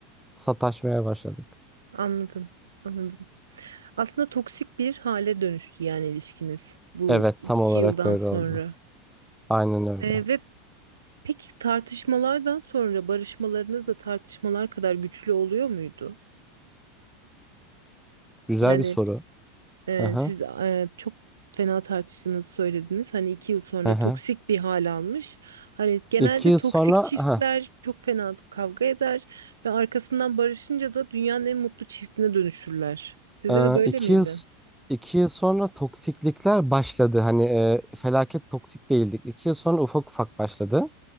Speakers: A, in the centre; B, on the right.
A: Sataşmaya başladık.
B: Anladım, anladım. Aslında toksik bir hale dönüştü yani ilişkiniz bu
A: Evet,
B: iki
A: tam olarak
B: yıldan
A: öyle
B: sonra.
A: oldu. Aynen öyle.
B: Ee, ve peki tartışmalardan sonra barışmalarınız da tartışmalar kadar güçlü oluyor muydu?
A: Güzel
B: Yani
A: bir soru.
B: Ee,
A: Aha,
B: siz e, çok fena tartıştığınızı söylediniz. Hani iki yıl sonra
A: aha.
B: toksik bir hal almış. Hani genelde
A: İki yıl
B: toksik
A: sonra, aha,
B: çiftler çok fena kavga eder ve arkasından barışınca da dünyanın en mutlu çiftine dönüşürler. Size
A: e,
B: de böyle
A: iki
B: miydi?
A: yıl, iki yıl sonra toksiklikler başladı. Hani e, felaket toksik değildik. İki yıl sonra ufak ufak başladı.